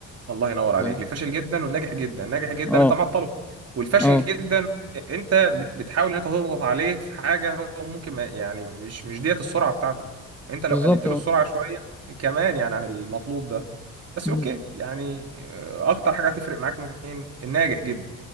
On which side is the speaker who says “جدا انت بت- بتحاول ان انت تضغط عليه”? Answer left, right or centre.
Right